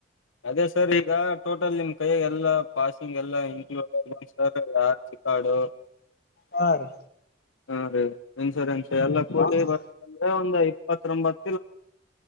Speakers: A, on the left; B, on the left.
A: ಅದೇ ಸರ್ ಈಗ ಟೋಟಲ್ ನಿಮ್ ಕೈಯ ಎಲ್ಲಾ ಪಾಸಿಂಗ್ ಎಲ್ಲಾ ಇನ್ಕ್ಲೂಡ್ ಆಗಿ <unintelligible> ಸರ್ ಯಾರ್ ಕಾಡು
B: ಹಾ ರಿ
A: ಹಾ ರೀ ಇನ್ಸೂರೆನ್ಸ್ ಎಲ್ಲಾ ಕೂಡಿ
B: ಹೌದ್ರಿ
A: ಬರ್ಬೇಕಂದ್ರೆ ಒಂದು ಇಪ್ಪತ್ರೊಂಬತ್